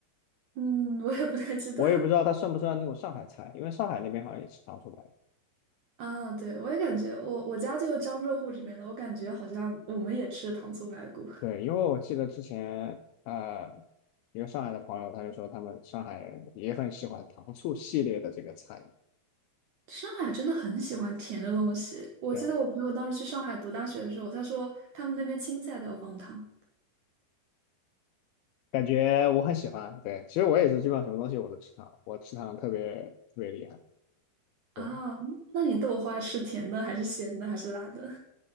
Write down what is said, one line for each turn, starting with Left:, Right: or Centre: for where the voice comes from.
Right: <laughs>，嗯，我也不太知道
Left: 我也不知道它算不算那种上海菜，
Right: <laughs>。
Left: 因为上海那边好像也吃糖醋排骨。
Right: 啊，对，我也感觉我我家就是江浙沪这边的，我感觉好像我们也吃糖醋排骨。
Left: 对，因为我记得之前呃，一个上海的朋友他就说他们上海人也很喜欢糖醋系列的这个菜。
Right: 上海真的很喜欢甜的东西。我记得我朋友当时去上海读大学的时候，
Left: 对。
Right: 他说他们那边青菜都要放糖。
Left: 感觉我很喜欢。对，其实我也是，基本上什么东西我都吃糖，我吃糖特别特别厉害。
Right: 啊，
Left: 对，
Right: 那你豆花吃甜的还是咸的还是辣的？